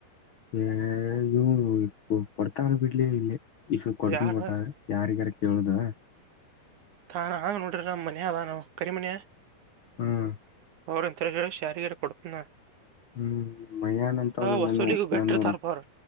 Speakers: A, on the left; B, on the right.
A: <unintelligible> ಪರತಾರ ಬೀಡ್ಲೇ ಇಲ್ಲ ಈಸ ಕೊಡ್
B: ಯಾರ
A: ಗೊತ್ತಾದ್ರ ಯಾರಿಗಾರ ಕೇಳುದ
B: ಹ ಹಾ ನೋಡ ಮನಯದಾ ನಾವು ಕರಿಮ ಮನಯ
A: ಹ್ಮ್
B: ಅವಂದುಂಥ್ರ ಶಷಾರೀರ ಕೊಡುತನ
A: ಹ್ಮ್ ಮಯಾನ ಅಂತ ಅವರು
B: ವಸೂಲಿಗೂ
A: ನನ್ನೂ
B: ಗಟ್ಟಿರ್ತಾರಪ್ಪ
A: ನನ್ನೂರು
B: ಅವ್ರ